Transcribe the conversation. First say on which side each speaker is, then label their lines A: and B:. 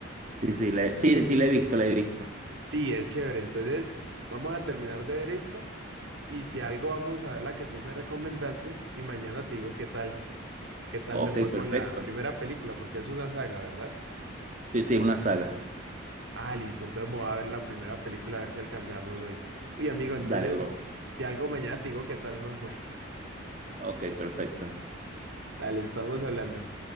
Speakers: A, on the right (about 35°); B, on the right (about 65°).
A: Sí, sí, la, sí, sí, la he visto, la he visto.
B: Sí, es chévere, entonces vamos a terminar de ver esta y si algo vamos a ver la que tú me recomendaste y mañana te digo qué tal, qué tal
A: Ok,
B: me fue
A: perfecto.
B: con la primera película, porque es una saga, ¿verdad?
A: Sí, sí, es una saga.
B: Ah, listo, entonces me voy a ver la primera película a ver si alcanzamos hoy. Uy, amigo, entonces,
A: Dale, bro.
B: si algo mañana te digo qué tal nos fue.
A: Ok, perfecto.
B: <laughs> Dale, estamos hablando.